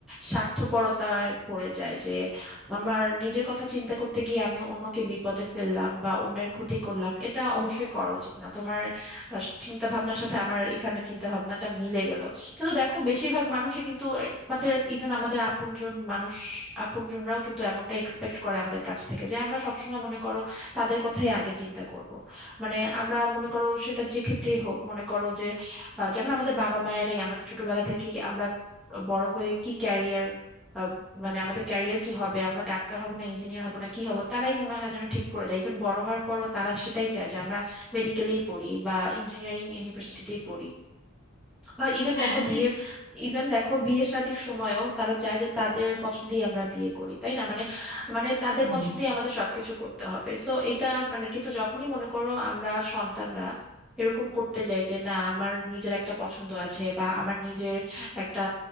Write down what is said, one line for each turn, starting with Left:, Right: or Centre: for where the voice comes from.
Centre: স্বার্থপরতায় পড়ে যায় যে আমার নিজের কথা চিন্তা করতে গিয়ে আমি অন্যকে বিপদে ফেললাম বা অন্যের ক্ষতি করলাম এটা অবশ্যই করা উচিত না তোমার চিন্তা ভাবনার সাথে আমার এখানে চিন্তা ভাবনাটা মিলে গেল কিন্তু দেখো বেশিরভাগ মানুষই কিন্তু আমাদের ইভেন আমাদের আপনজন মানুষ আপনজনরাও কিন্তু এমনটা এক্সপেক্ট করে আমাদের কাছ থেকে যে আমরা সবসময় মনে করো তাদের কথাই আগে চিন্তা করব মানে আমরা মনে করো সেটা যে ক্ষেত্রেই হোক মনে করো যে আহ, যেমন আমাদের বাবা মায়েরাই আমাদের ছোটবেলা থেকেই আমরা বড় হয়ে কি ক্যারিয়ার মানে আমাদের ক্যারিয়ার কি হবে আমরা ডাক্তার হব না ইঞ্জিনিয়ার হব না কি হব তারাই মনে হয় যেন ঠিক করে দেয় ইভেন বড় হওয়ার পরও তারা সেটাই চায় যে আমরা মেডিকেলেই পড়ি বা ইঞ্জিনিয়ারিং ইউনিভার্সিটিতেই পড়ি বা ইভেন
Left: হ্যাঁ
Centre: দেখো বিয়ের
Left: সেটা
Centre: ইভেন দেখো বিয়ে শাদীর সময়ও তারা চায় যে তাদের পছন্দেই আমরা বিয়ে করি তাই না মানে মানে তাদের
Left: একদম।
Centre: পছন্দেই আমাদের সবকিছু করতে হবে সো এটা মানে কিন্তু যখনই মনে করো আমরা সন্তানরা এরকম করতে যাই যে না আমার নিজের একটা পছন্দ আছে বা আমার নিজের একটা